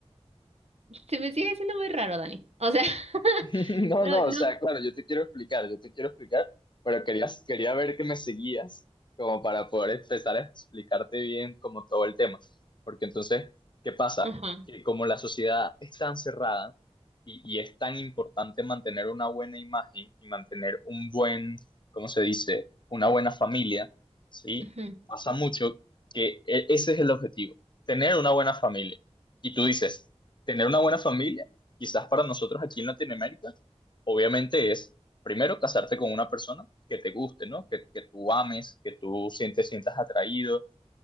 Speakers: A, on the right; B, on the left.
A: se me sigue haciendo muy raro, Dani. O sea, <laughs>
B: <laughs> No,
A: no,
B: no,
A: no.
B: o sea, claro, yo te quiero explicar, yo te quiero explicar, pero quería, quería ver que me seguías como para poder empezar a explicarte bien como todo el tema. Porque entonces, ¿qué pasa?
A: Ajá.
B: Que como la sociedad es tan cerrada y, y es tan importante mantener una buena imagen y mantener un buen, ¿cómo se dice? Una buena familia, ¿sí?
A: ujú.
B: Pasa mucho que e- ese es el objetivo, tener una buena familia. Y tú dices, tener una buena familia quizás para nosotros aquí en Latinoamérica, obviamente es primero casarte con una persona que te guste, ¿no? Que, que tú ames, que tú sientes, sientas atraído,